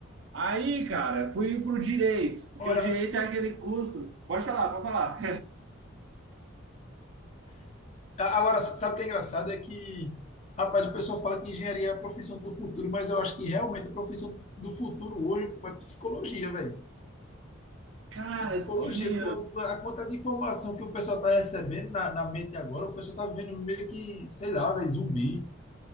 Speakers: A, on the right; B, on the left.
A: Aí, cara, fui pro direito, porque
B: Olha,
A: o direito é aquele curso. Pode falar, pode falar.
B: a- agora, sabe o que é engraçado? É que, rapaz, o pessoal fala que engenharia é a profissão do futuro, mas eu acho que realmente a profissão do futuro hoje pô, é psicologia, velho.
A: <laughs> cara,
B: Psicologia,
A: sim,
B: com a a quantidade de informação que o pessoal está recebendo na, na mente agora, o pessoal está vendo meio que, sei lá, velho, zumbi.